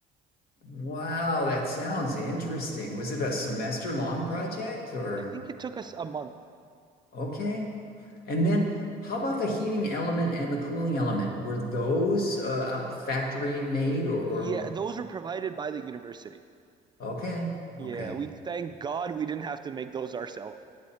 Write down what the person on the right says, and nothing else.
I think it took us a month.
Yeah, those were provided by the university.
Yeah,
we thank God we didn't have to make those ourselves.